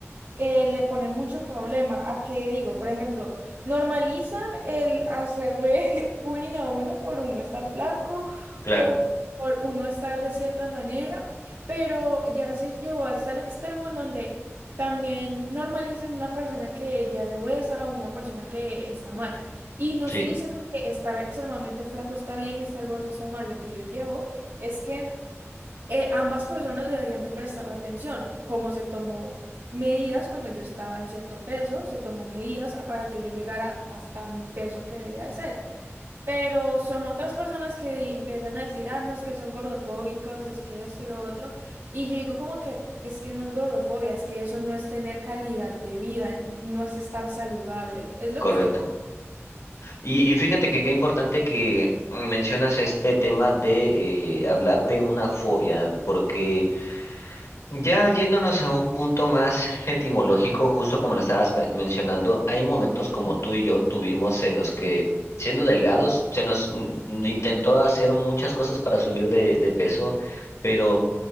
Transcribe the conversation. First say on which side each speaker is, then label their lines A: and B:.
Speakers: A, on the right; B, on the left.
A: eh, le ponen mucho problema. ¿A qué digo? Por ejemplo, normalizan el hacerle <laughs> bullying a uno por uno estar flaco
B: claro,
A: o por uno estar de cierta manera, pero ya se llevó hasta el extremo en donde también normalizan una persona que ya es obesa o una persona que está mal. Y no
B: sí,
A: estoy diciendo que estar extremadamente flaco está bien y estar gordo está mal. Lo que yo llevo es que eh, ambas personas deberían de prestar atención, como se tomó medidas cuando yo estaba en cierto peso, se tomó medidas para que yo llegara hasta mi peso que debía de ser. Pero son otras personas que di- empiezan a decir, ah, no, es que son gordofóbicos, es que esto y lo otro. Y yo digo como que es que no es gordofobia, es que eso no es tener calidad de vida, n- no es estar saludable. Es lo
B: correcto.
A: que yo...
B: Y, y fíjate que qué importante que mencionas este tema de eh, hablar de una fobia, porque Ya yéndonos a un punto más etimológico, justo como lo estabas pe- mencionando, hay momentos como tú y yo tuvimos en los que, siendo delgados, se nos mm, intentó hacer muchas cosas para subir de, de peso, pero